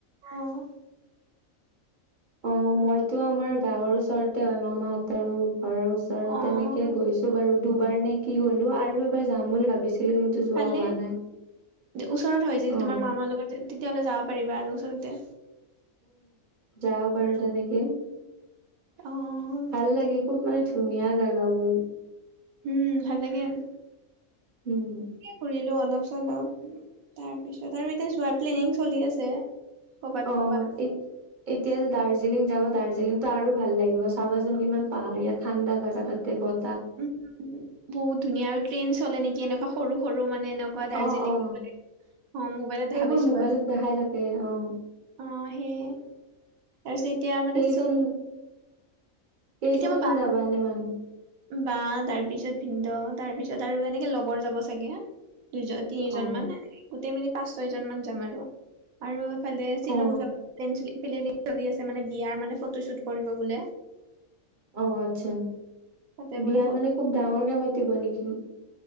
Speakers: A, on the right; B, on the right.
A: অ'হ।
B: অ মইতো আমাৰ গাঁৱৰ ওচৰতে হয়, মামাহঁতৰ। ঘৰৰ ওচৰত
A: অ
B: এনেকে গৈছো বাৰু দুবাৰ নে কি গলোঁ আৰু এবাৰ যাম বুলি ভাবিছিলোঁ কিন্তু। যোৱা
A: ভালে
B: হোৱা নাই
A: ওচৰত হয় যদি হয়
B: অ
A: তোমাৰ মামাৰ লগত তেতিয়াহলে যাব পাৰিবা আৰু ওচৰতে।
B: যাব বাৰু তেনেকে।
A: অ।
B: ভাল
A: ঠিকে
B: লাগে খুব মানে ধুনীয়া জাগাবোৰ।
A: উম ভাল লাগে‌ আৰু।
B: উম।
A: ঘূৰিলো অলপ চলপ তাৰ পিছত আৰু এতিয়া যোৱাৰ প্লেনিং চলি আছে। ক'বাত
B: অ
A: ক'বাত।
B: এই এতিয়া যে দাৰ্জিলিং যাব দাৰ্জিলিংতটো আৰু ভাল লাগিব চাবাচোন কিমান পাহাৰ ইয়াত ঠাণ্ডা গাজা তাতে ব।
A: উম, বহুত ধুনীয়া আৰু ট্ৰেইন চলে নেকি, এনেকুৱা সৰু সৰু মানে এনে কোৱা, দাৰ্জিলিঙ
B: অ অ
A: অ, মোবাইলত
B: সেইবোৰ
A: ভাবিছো
B: মোবাইলত
A: বাছ।
B: দেখাই থাকে অ,
A: অ, সেইয়ে তাৰপিছত এতিয়া মানে
B: কেইজন
A: <inaudible>
B: কেইজনমান
A: এতিয়া মই বা
B: যাবা এনে মানুহ।
A: বা তাৰ পিছত ভিনদেউ, তাৰ পিছত আৰু এনেকে লগৰ যাব চাগে। দুইজন, তিনিজন
B: অ
A: মান গোটেই মিনি পাঁচ ছয় জন মান যাম আৰু, আৰু। ইফালে শ্বিলং
B: অ
A: যোৱা প্লেন, প্লেনিং চলি আছে, মানে বিয়াৰ মানে ফটোশ্বুট কৰিব বোলে।
B: অ, আচ্ছা
A: তাতে
B: বিয়া
A: বোলে ফটো
B: মানে খুব ডাঙৰকে পাতিব নেকি?